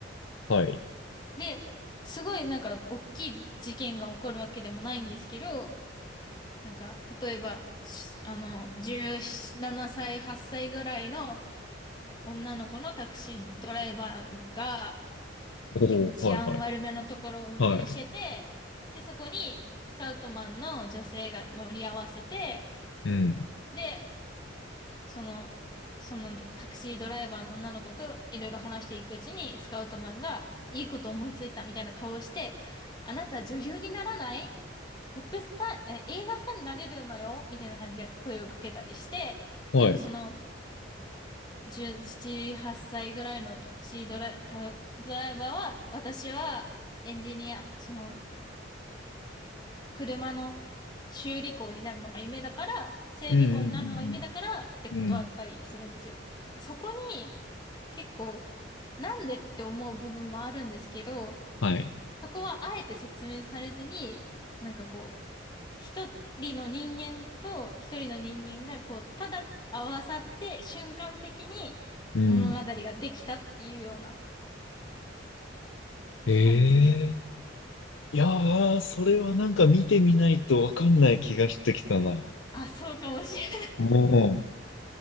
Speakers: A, on the left; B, on the left.
A: はい。
B: で、すごいなんか大きい事件が起こるわけでもないんですけど、なんか、例えば、しあの、17歳、8歳ぐらいの女の子のタクシードライバーが
A: おお、
B: 結構治安悪めのところを運転してて、
A: はいはい。はい。
B: で、そこにスカウトマンの女性が乗り合わせて、
A: うん。
B: で、その、そのタクシードライバーの女の子といろいろ話していくうちに、スカウトマンがいいこと思いついたみたいな顔をして、あなた女優にならないポップスター、え、映画スターになれるのよみたいな感じで声をかけたりして、
A: はい。
B: でもその17、8歳ぐらいのタクシードライ、タドライバーは、私はエンジニア、その車の修理工になるのが夢だから、整備工になるのが夢だからって断ったりするんですよ。
A: うんうんうんうん。
B: そこに結構なんでって思う部分もあるんですけど、
A: はい。
B: そこはあえて説明されずに、なんかこう、一人の人間と一人の人間がこう、ただ合わさって瞬間的に物語ができたっていうような
A: うんうんええ
B: 感じ。
A: いやー、それはなんか見てみないとわかんない気がしてきたな。
B: あ、そうかもしれない。
A: も